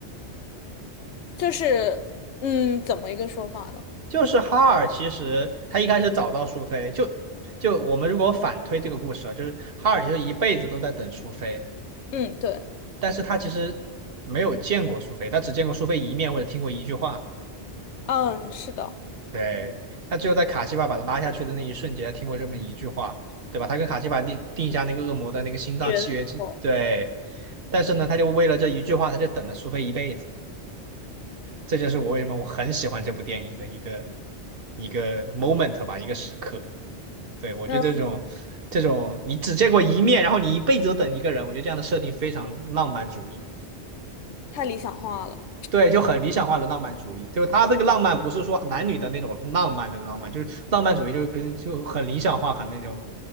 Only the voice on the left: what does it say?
就是嗯，怎么一个说法呢？
嗯，对，
嗯，是的。
学的时候，
那
太理想化了，